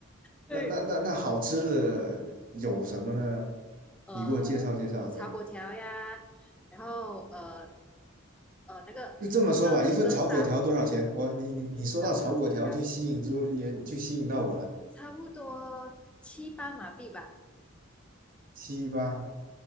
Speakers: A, in the centre; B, on the right.
A: 对，
B: 那那那那好吃的有什么呢？
A: 呃，
B: 你给我介绍介绍呗。
A: 炒粿条呀，然后呃呃那个乐乐沙
B: 就这么说吧，一份炒粿条多少钱？我你你你说到炒粿条就吸引住，
A: 一份炒粿条
B: 也就吸引到我了，
A: 差不多七八马币吧，
B: 七八。